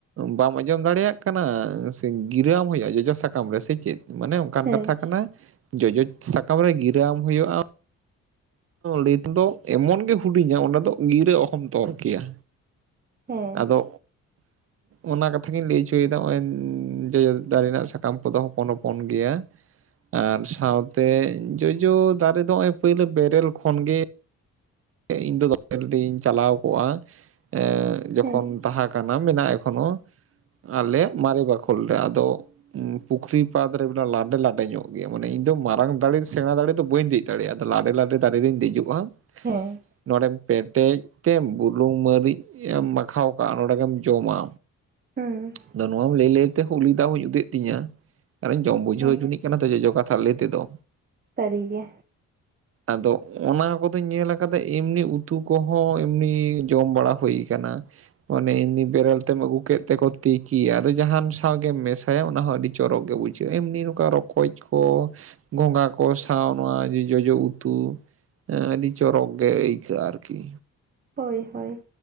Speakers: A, on the right; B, on the right.
A: ᱵᱟᱢ ᱟᱸᱡᱚᱢ ᱫᱟᱲᱮᱭᱟᱜ ᱠᱟᱱᱟ ᱥᱮ ᱜᱤᱨᱟᱹᱟᱢ ᱦᱳᱭᱳᱜᱼᱟ ᱡᱚᱡᱚ ᱥᱟᱠᱟᱢ ᱨᱮ ᱥᱮ ᱪᱮᱫ ᱢᱟᱱᱮᱼᱼᱼ ᱚᱱᱠᱟᱱ
B: ᱦᱮᱸ
A: ᱠᱟᱛᱷᱟ ᱠᱟᱱᱟ ᱡᱚᱡᱚ ᱥᱟᱠᱟᱢ ᱨᱮ ᱜᱤᱨᱟᱹ ᱟᱢ ᱦᱳᱭᱳᱜᱼᱟᱼᱼᱼᱼ ᱞᱟᱹᱭ ᱛᱮᱫᱚ ᱮᱢᱚᱱ ᱜᱮ ᱦᱩᱰᱤᱧᱟ ᱚᱸᱰᱮ ᱫᱚ ᱜᱤᱨᱟᱹ ᱚᱦᱚᱢ ᱛᱚᱞ ᱠᱮᱭᱟᱼᱼᱼ
B: ᱦᱮᱸ
A: ᱟᱫᱚ ᱚᱱᱟ ᱠᱟᱛᱷᱟ ᱜᱤᱧ ᱞᱟᱹᱭ ᱦᱚᱪᱚᱭᱫᱟ ᱱᱚᱜᱼᱚᱭ ᱡᱚᱡᱚ ᱫᱟᱨᱮ ᱨᱮᱱᱟᱜ ᱥᱟᱠᱟᱢ ᱠᱚᱫᱚ ᱦᱚᱯᱚᱱ ᱦᱚᱯᱚᱱ ᱜᱮᱭᱟ᱾ ᱟᱨ ᱥᱟᱶᱛᱮ ᱡᱚᱡᱚ ᱫᱟᱨᱮ ᱫᱚ ᱱᱚᱜᱼᱚᱭ ᱯᱳᱭᱞᱳ ᱵᱮᱨᱮᱞ ᱠᱷᱚᱱᱜᱮ ᱤᱧ ᱫᱚ <inaudible> ᱪᱟᱞᱟᱣ ᱠᱚᱜᱼᱟ᱾ ᱮᱸ ᱡᱚᱠᱷᱚᱱ
B: ᱦᱮᱸ
A: ᱛᱟᱦᱮᱸ ᱠᱟᱱᱟ ᱢᱮᱱᱟᱜᱼᱟ ᱮᱠᱷᱚᱱᱳ ᱟᱞᱮᱭᱟᱜ ᱢᱟᱨᱮ ᱵᱟᱠᱷᱳᱞ ᱨᱮ ᱟᱫᱚ ᱦᱩᱸ ᱯᱩᱠᱷᱨᱤ ᱯᱟᱫ ᱨᱮ ᱞᱟᱰᱮ ᱞᱟᱰᱮ ᱧᱚᱜ ᱜᱮᱭᱟ ᱢᱟᱱᱮ ᱤᱧ ᱫᱚ ᱢᱟᱨᱟᱝ ᱫᱟᱲᱮ ᱥᱮᱬᱟᱸ ᱫᱟᱲᱮ ᱫᱚ ᱵᱟᱹᱧ ᱫᱮᱡ ᱫᱟᱲᱮᱭᱟᱜ-ᱟ ᱟᱫᱚ ᱞᱟᱰᱮ ᱞᱟᱰᱮ ᱫᱟᱨᱮ ᱨᱮᱧ ᱫᱮᱡᱚᱜᱼᱟ,
B: ᱦᱮᱸ᱾
A: ᱱᱚᱸᱰᱮᱢ ᱯᱮᱴᱮᱡ ᱛᱮᱢ ᱵᱩᱞᱩᱝ ᱢᱟᱹᱨᱤᱡ ᱮᱢ ᱢᱟᱠᱷᱟᱣ ᱠᱟᱜᱼᱟ ᱱᱚᱸᱰᱮ ᱜᱮᱢ ᱡᱚᱢᱟ᱾
B: ᱦᱩᱸ
A: ᱟᱫᱚ ᱱᱚᱣᱟᱢ ᱞᱟᱹᱭ ᱞᱟᱹᱭ ᱛᱮᱦᱚᱸ ᱩᱞᱤᱫᱟᱜ ᱦᱚᱧ ᱩᱫ ᱮᱜ ᱛᱤᱧᱟᱹ ᱟᱨᱮᱧ ᱡᱚᱢ ᱵᱩᱡᱷᱟᱹᱣ
B: ᱦᱮᱸ
A: ᱦᱚᱪᱚᱱᱤᱡ ᱠᱟᱱᱟ ᱛᱚ ᱡᱚᱡᱚ ᱠᱟᱛᱷᱟ ᱞᱟᱹᱭ ᱛᱮᱫᱚ,
B: ᱥᱟᱹᱨᱤ ᱜᱮ᱾
A: ᱟᱫᱚ ᱚᱱᱟ ᱠᱚᱫᱚᱧ ᱧᱮᱞᱟ ᱠᱟᱛᱮᱫ ᱮᱢᱱᱤ ᱩᱛᱩ ᱠᱚᱦᱚᱸ ᱮᱢᱱᱤ ᱡᱚᱢ ᱵᱟᱲᱟ ᱦᱩᱭ ᱠᱟᱱᱟ, ᱾ ᱢᱟᱱᱮ ᱮᱢᱱᱤ ᱵᱮᱨᱮᱞ ᱛᱮᱢ ᱟᱹᱜᱩ ᱠᱮᱫ ᱛᱮᱠᱚ ᱛᱤᱠᱤᱭᱟ ᱟᱫᱚ ᱡᱟᱦᱟᱱ ᱥᱟᱶᱜᱮᱢ ᱢᱮᱥᱟ ᱦᱮ ᱚᱱᱟ ᱦᱚ ᱟᱹᱰᱤ ᱪᱚᱨᱚᱠ ᱜᱮ ᱵᱩᱡᱷᱟᱹᱜᱼᱟ ᱮᱢᱱᱤ ᱱᱚᱝᱠᱟ ᱨᱚᱠᱚᱡ ᱠᱚ ᱜᱚᱝᱜᱷᱟ ᱠᱚ ᱥᱟᱶ ᱱᱚᱣᱟ ᱡᱚ ᱡᱚᱡᱚ ᱩᱛᱩ ᱟᱹᱰᱤ ᱪᱚᱨᱚᱠ ᱜᱮ ᱟᱹᱭᱠᱟᱹᱜᱼᱟ ᱟᱨᱠᱤ᱾
B: ᱦᱳᱭ ᱦᱳᱭ᱾